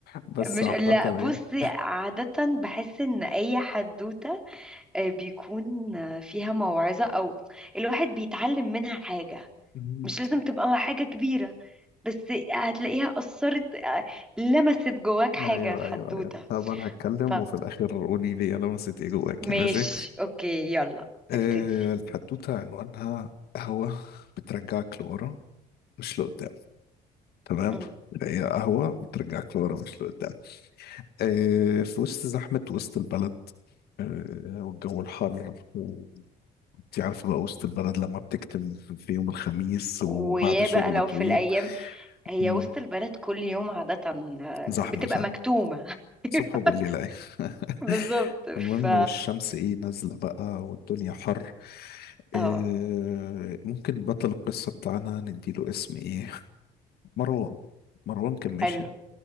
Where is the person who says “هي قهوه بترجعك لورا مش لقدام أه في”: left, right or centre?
Left